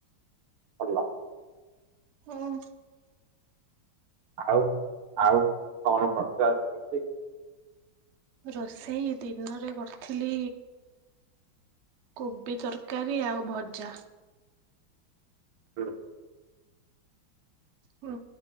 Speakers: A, on the right (about 90°); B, on the right (about 70°).
A: ହାଲୋ
B: ହୁଁ,
A: ଆଉ ଆଉ କଣ କରିଚ ଆଜି ରୋଷେଇ
B: ରୋଷେଇ ଦିନରେ କରିଥିଲି, କୋବି ତରକାରୀ ଆଉ ଭଜା।
A: ହଁ,
B: ହୁଁ